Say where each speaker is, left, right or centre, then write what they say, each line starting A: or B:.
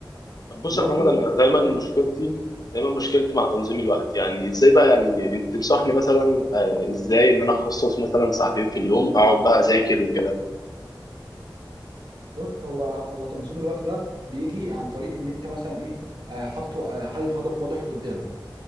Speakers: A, on the left; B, on the right.
A: طب بص
B: وبرده
A: يا محمد انا
B: حاجات
A: دايما مشكلتي
B: تانية،
A: دايما مشكلتي مع تنظيم الوقت يعني ازاي بقى يعني انت تنصحني مثلا آه، ازاي ان انا اخصص مثلا ساعتين في اليوم اقعد بقى اذاكر وكده
B: بص هو هو تنظيم الوقت ده بيجي عن طريق ان انت مثلا ايه آه، حاطط آه، حاطط هدف واضح قدامك